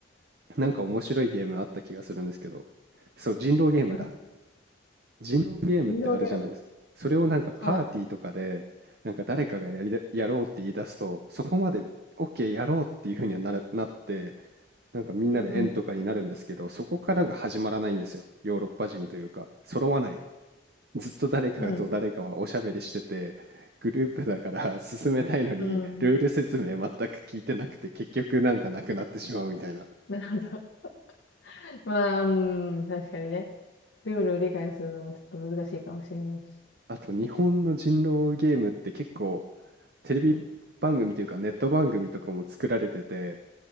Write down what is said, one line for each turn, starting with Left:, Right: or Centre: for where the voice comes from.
Right: なんか面白いゲームあった気がするんですけど。そう、人狼ゲームだ。
Left: う
Right: 人狼ゲームってあるじゃないですか。
Left: ん。インドゲーム。
Right: それをなんかパーティーとかで、
Left: はい。
Right: なんか誰かがやりだ、やろうって言い出すと、そこまで OK やろうっていうふうにはなる、なって、なんかみんなで円とかになるんですけど、
Left: うん
Right: そこからが始まらないんですよ。ヨーロッパ人というか、揃わない。ずっと誰かと誰かはおしゃべりしてて、
Left: うん。
Right: グループだから進めたいのに、
Left: うん。うん。
Right: ルール説明全く聞いてなくて、結局なんかなくなってしまうみたいな。
Left: なるほど。<laughs> まあ、うん、確かにね。ルールを理解するのはちょっと難しいかもしれないし。
Right: あと日本の人狼ゲームって結構テレビ番組というかネット番組とかも作られてて、